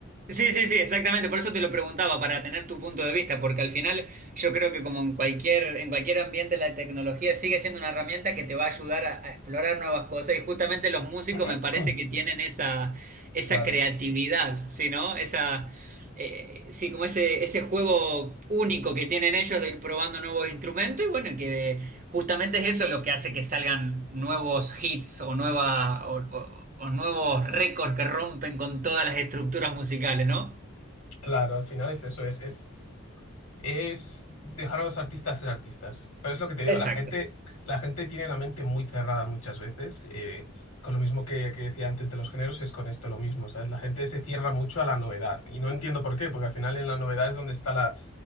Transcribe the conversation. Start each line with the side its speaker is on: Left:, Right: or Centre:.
Right: Sí, sí, sí, exactamente. Por eso te lo preguntaba, para tener tu punto de vista, porque al final yo creo que como en cualquier, en cualquier ambiente la tecnología sigue siendo una herramienta que te va a ayudar a, a explorar nuevas cosas y justamente los músicos
Left: <clears throat>
Right: me parece que tienen esa, esa
Left: Claro,
Right: creatividad, ¿sí, no? Esa, eh, sí, como ese, ese juego único que tienen ellos de ir probando nuevos instrumentos y bueno, que Justamente es eso lo que hace que salgan nuevos hits o, nueva, o, o- o nuevos récords que rompen con todas las estructuras musicales, ¿no?
Left: claro, al final es eso, es, es es dejar a los artistas ser artistas. Pero es lo que te digo,
Right: Exacto.
Left: la gente, la gente tiene la mente muy cerrada muchas veces. eh, con lo mismo que, que decía antes de los géneros, es con esto lo mismo, ¿sabes? La gente se cierra mucho a la novedad. Y no entiendo por qué, porque al final en la novedad es donde está la,